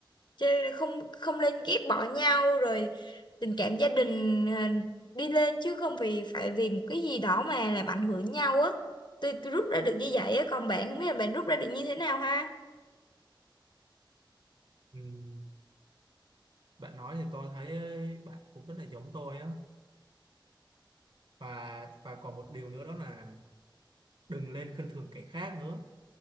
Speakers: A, on the left (about 60°); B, on the right (about 70°).
A: chê- không không lên ghét bỏ nhau rồi tình cảm gia đình ờ, đi lên chứ không vì phải vì một cái gì đó mà làm ảnh hưởng nhau á tôi, tôi rút ra được như vậy á còn bạn không biết là bạn rút ra được như thế nào ha
B: Ừm, bạn nói thì tôi thấy bạn cũng rất là giống tôi á và và còn một điều nữa đó là đừng lên khinh thường kẻ khác nữa,